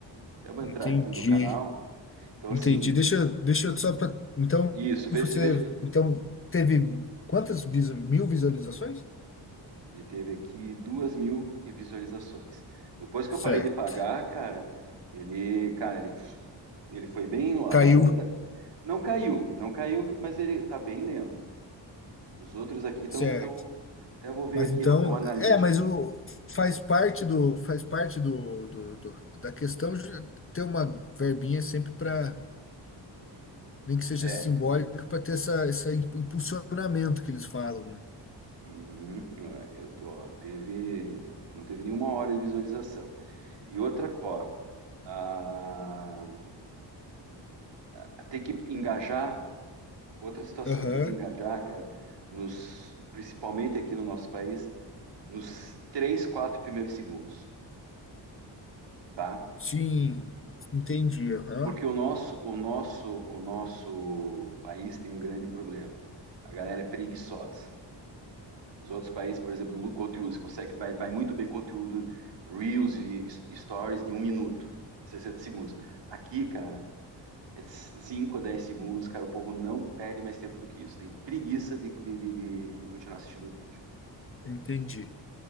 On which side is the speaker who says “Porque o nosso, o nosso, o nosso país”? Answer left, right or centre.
Right